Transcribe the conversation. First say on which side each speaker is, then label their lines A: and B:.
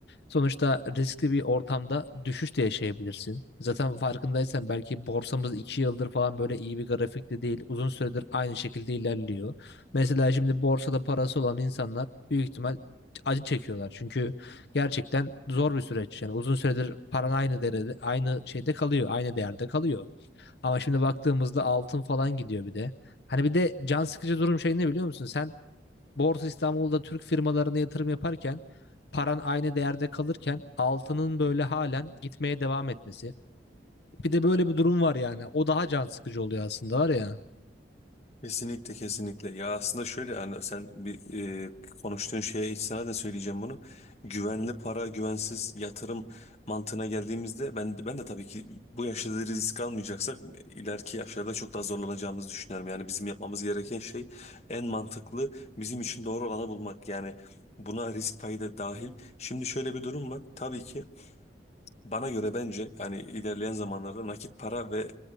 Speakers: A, on the left; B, on the left.
A: Sonuçta riskli bir ortamda düşüş de yaşayabilirsin. Zaten farkındaysan belki borsamız 2 yıldır falan böyle iyi bir grafikte değil. Uzun süredir aynı şekilde ilerliyor. Mesela şimdi borsada parası olan insanlar büyük ihtimal acı çekiyorlar. Çünkü gerçekten zor bir süreç. Yani uzun süredir paran aynı derede, aynı şeyde kalıyor, aynı değerde kalıyor. Ama şimdi baktığımızda altın falan gidiyor bir de. Hani bir de can sıkıcı durum şey ne biliyor musun? Sen Borsa İstanbul'da Türk firmalarına yatırım yaparken paran aynı değerde kalırken altının böyle halen gitmeye devam etmesi. Bir de böyle bir durum var yani. O daha can sıkıcı oluyor aslında var ya.
B: Kesinlikle kesinlikle. Ya aslında şöyle yani sen bir e, konuştuğun şeye hiç sana da söyleyeceğim bunu. Güvenli para, güvensiz yatırım mantığına geldiğimizde ben ben de tabii ki bu yaşta da risk almayacaksak ileriki yaşlarda çok daha zorlanacağımızı düşünüyorum. Yani bizim yapmamız gereken şey en mantıklı bizim için doğru olanı bulmak. Yani buna risk payı da dahil. Şimdi şöyle bir durum var. Tabii ki Bana göre bence yani ilerleyen zamanlarda nakit para ve